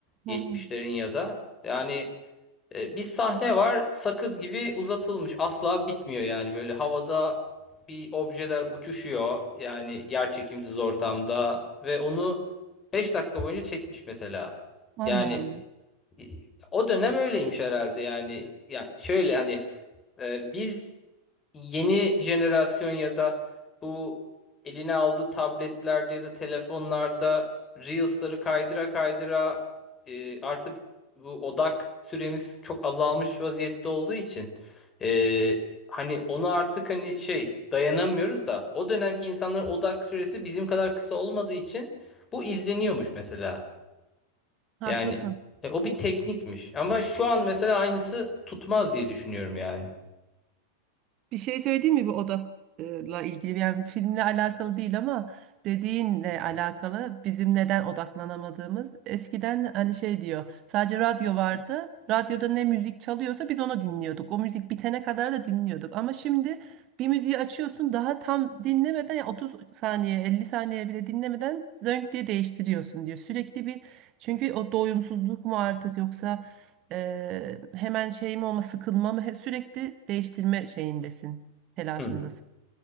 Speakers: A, on the left; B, on the right.
A: 70'lerin
B: Hmm.
A: ya da yani e, bir sahne var sakız gibi uzatılmış asla bitmiyor yani böyle havada bir objeler uçuşuyor yani yerçekimsiz ortamda ve onu 5 dakika boyunca çekmiş mesela.
B: Allah
A: Yani
B: Allah.
A: e, O dönem öyleymiş herhalde yani. Yani şöyle hani e, biz yeni jenerasyon ya da bu eline aldığı tabletlerde ya da telefonlarda Reels'ları kaydıra kaydıra e, artık bu odak süremiz çok azalmış vaziyette olduğu için e, hani onu artık hani şey dayanamıyoruz da o dönemki insanların odak süresi bizim kadar kısa olmadığı için bu izleniyormuş mesela.
B: Haklısın.
A: Yani e, o bir teknikmiş. Ama şu an mesela aynısı tutmaz diye düşünüyorum yani.
B: Bir şey söyleyeyim mi bu odakla ilgili? Yani filmle alakalı değil ama dediğinle alakalı bizim neden odaklanamadığımız. Eskiden hani şey diyor sadece radyo vardı. Radyoda ne müzik çalıyorsa biz onu dinliyorduk. O müzik bitene kadar da dinliyorduk. Ama şimdi bir müziği açıyorsun daha tam dinlemeden ya 30 saniye 50 saniye bile dinlemeden zönk diye değiştiriyorsun diyor. Sürekli bir çünkü o doyumsuzluk mu artık yoksa Eee, hemen şeyim olma sıkılma mı he- sürekli değiştirme şeyindesin telaşındasın.
A: Hı.